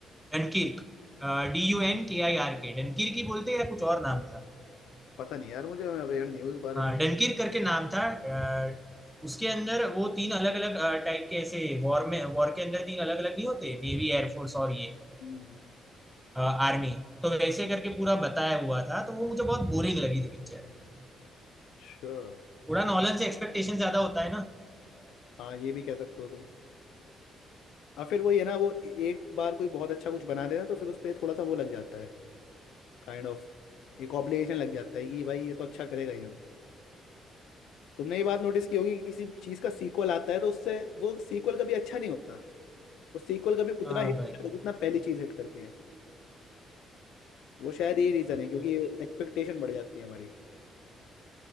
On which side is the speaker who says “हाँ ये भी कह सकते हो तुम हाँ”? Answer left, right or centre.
Left